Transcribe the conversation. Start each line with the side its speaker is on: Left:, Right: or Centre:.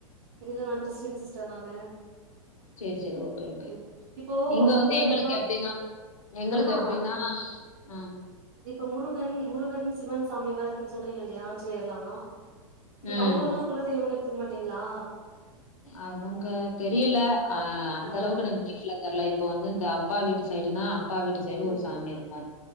Right: இல்லா நா கிறிஸ்டின் சிஸ்டர் நானு
Left: செர் செர் ஓகே ஓகே
Right: ம் இப்போ
Left: இங்க வந்து
Right: குலதெய்வம்னா
Left: எங்களுக்கு எப்டினா எங்களுக்கு
Right: ஆஹா
Left: எப்டினா அ
Right: இப்ப முருகன் முருகன் சிவன்சாமில்லா இருக்குன் சொல்றிங்க இல்லியா ஆஞ்சநேயர்லா இப்போ
Left: ம்
Right: அவுங்களெல்லா குலதெய்வன்னு எட்த்துக்க மாட்டீங்ளா
Left: அவங்க தெரியல அ அந்தளவுக்கு
Right: ஆ
Left: எனக்கு டீடெய்லா தெர்ல இப்போ வந்து இந்த அப்பா வீட்டு சைடுனா அப்பா வீட்டு சைடு
Right: ம்
Left: ஒரு சாமி இருக்கோ